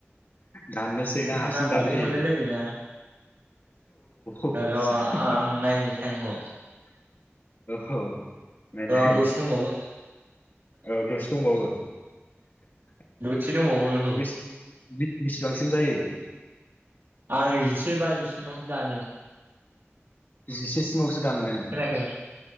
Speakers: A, on the left (about 45°); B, on the right (about 55°).
A: दाननोसैना
B: नामावबो
A: हारसिं दानहोयो।
B: मोनलायलायदोंना
A: <inaudible>
B: र' आं नायनि टाइमखौ
A: औ नायलाय
B: दा दसे दंबावो।
A: औ दसे दंबावो <inaudible>
B: दसे दंबावो औ
A: बेसे बांसिम जायो?
B: आं जिसे बाजि सिमावसो दानो
A: जिसे सिमावसो दानो नोङो
B: खोनायाखै